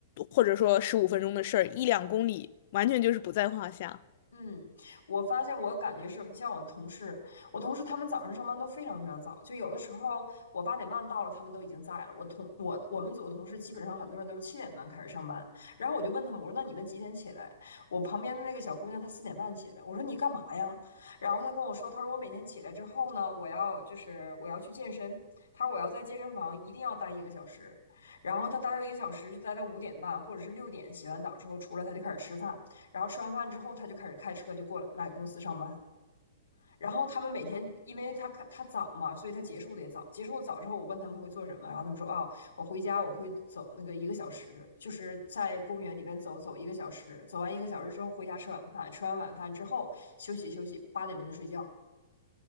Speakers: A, on the left; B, on the left.
A: 或者说十五分钟的事儿，一两公里完全就是不在话下。
B: 嗯，我发现我感觉是，你像我的同事，我同事他们早上上班都非常非常早，就有的时候我八点半到了，他们都已经在了。我同我我们组的同事基本上很多人都是七点半开始上班，然后我就问他们，我说那你们几点起来？我旁边的那个小姑娘她四点半起来，我说你干嘛呀？然后她跟我说，她说我每天起来之后呢，我要就是我要去健身，她说我要在健身房一定要待一个小时，然后她待到一个小时就待到五点半或者是六点，洗完澡之后出来她就开始吃饭。然后吃完饭之后，他就开始开车就过来来公司上班。然后他们每天，因为他他早嘛，所以他结束的也早。结束的早之后，我问他们会做什么，然后他们说啊、哦我回家我会走那个一个小时，就是在公园里边走走一个小时，走完一个小时之后回家吃晚饭，吃完晚饭之后休息休息，八点钟就睡觉。